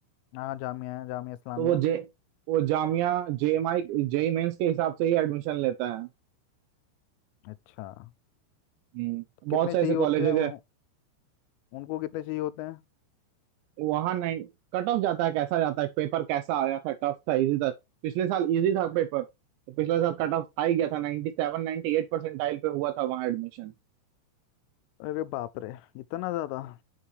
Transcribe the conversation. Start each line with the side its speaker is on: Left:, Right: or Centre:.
Left: हाँ जामिया जामिया इस्लामिया
Right: तो वो जे वो जामिया जेएमआई जेई मेंस के हिसाब से ही एडमिशन लेता है
Left: अच्छा तो
Right: हम्म, बहुत
Left: कितने
Right: सारे
Left: चाहिए
Right: ऐसे कॉलेजेस
Left: होते हैं उन-
Right: है
Left: उनको कितने चाहिए होते हैं
Right: वहाँ नाइन कट ऑफ जाता है कैसा जाता है पेपर कैसा आया था टफ था इजी था पिछले साल इजी था पेपर तो पिछले साल कट ऑफ हाई गया था 97 98 परसेंटाइल पे हुआ था वहाँ एडमिशन
Left: अरे बाप रे इतना ज्यादा